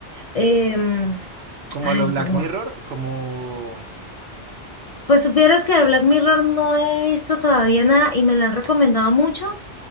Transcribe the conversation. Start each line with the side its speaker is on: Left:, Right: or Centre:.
Left: Em,
Right: Como
Left: Ay,
Right: a lo Black
Left: no.
Right: Mirror, como
Left: Pues supieras que de Black Mirror no he visto todavía nada y me la han recomendado mucho